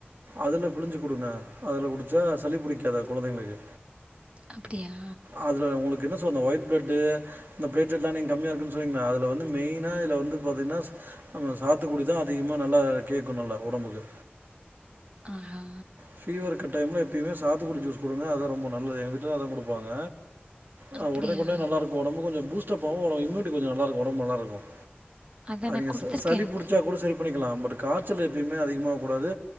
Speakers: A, on the right; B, on the right.
A: அதுல புழிஞ்சு கொடுங்க அதுல குடிச்சா சளி புடிக்காது குழந்தைங்களுக்கு
B: அப்படியா
A: அதுல உங்களுக்கு என்ன சொ ஒயிட் ப்ரெட்டு் இந்த பிளட்லெட்ல்லாம் நீங்க கம்மியா இருக்குன்னு சொன்னீங்களா அதுல வந்து மெய்னா இல வந்து பாத்தீங்கன்னா நம்ம சாத்துக்குடிதான் அதிகமா நல்லா கேட்கும் நல்லா உடம்புக்கு
B: ஆஹா
A: ஃபீவர் இருக்கு டைம்ல எப்பயுமே சாத்துக்குடி ஜூஸ் குடுங்க அதான் ரொம்ப நல்லது எங்க வீட்டுல தான் குடுப்பாங்க. ஆ
B: அப்படியா
A: உடனே கொடா நல்லாருக்கும் உடம்பும் கொஞ்சம் பூஸ் <unintelligible> இம்னுட்டி கொஞ்சம் நல்லாருக்கும் ஒடம்பும் நல்ல இருக்கும்.
B: அதான் நான்
A: ங்க
B: கொடுத்துருக்கேன்
A: சளி புடிச்சா கூட சரி பண்ணிக்கலாம். பட் காய்ச்சல் எப்பயுமே அதிகமா கூடாது.